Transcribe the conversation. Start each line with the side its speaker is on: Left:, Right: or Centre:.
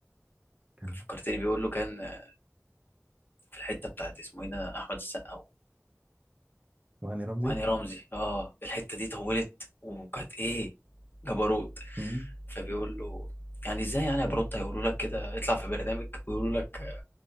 Right: كان
Left: فكرتني بيقول له كان في الحتة بتاعت اسمه ايه ده أحمد السقا
Right: وهاني رمزي
Left: وهاني رمزي اه الحتة دي طولت وكانت ايه جبروت
Right: مم.
Left: فبيقول له يعني ازاي يعني يا بروت هيقولوا لك كده اطلع في برنامج ويقولوا لك